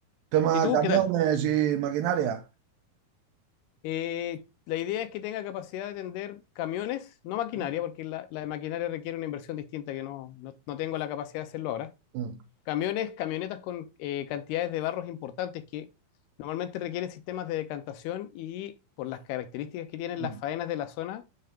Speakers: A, on the right; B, on the left.
A: Tema
B: ¿Y tú
A: camiones
B: qué tal?
A: y maquinaria.
B: Eh, la idea es que tenga capacidad de tender camiones, no maquinaria,
A: Mm,
B: porque la, la de maquinaria requiere una inversión distinta que no, no, no tengo la capacidad de hacerlo ahora.
A: mm,
B: Camiones, camionetas con eh, cantidades de barros importantes que normalmente requieren sistemas de decantación y por las características que tienen
A: mm,
B: las faenas de la zona,